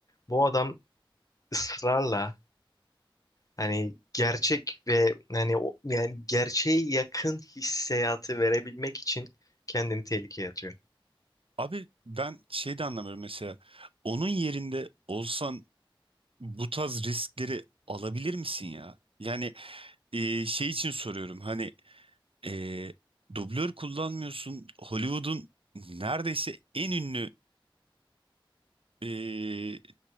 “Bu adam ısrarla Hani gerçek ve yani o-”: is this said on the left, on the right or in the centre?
Left